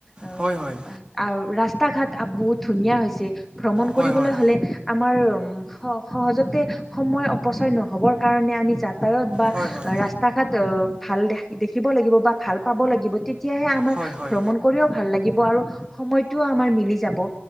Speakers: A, in the centre; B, on the right.
A: উম,
B: হয়, হয়,
A: আৰু ৰাস্তা ঘাট বহুত ধুনীয়া হৈছে ভ্ৰমণ
B: হয়
A: কৰিবলৈ
B: হয়
A: হ'লে আমাৰ উ, স-সহজতে সময় অপচয় নহ'বৰ কাৰণে আমি যাতায়ত বা
B: হয় হয়
A: ৰাস্তা তাত ভাল দে-দেখিব লাগিব বা ভাল পাব লাগিব তেতিয়াহে আমাৰ
B: হয় হয় হয়
A: ভ্ৰমণ কৰিও ভাল লাগিব আৰু সময়টোও আমাৰ মিলি যাব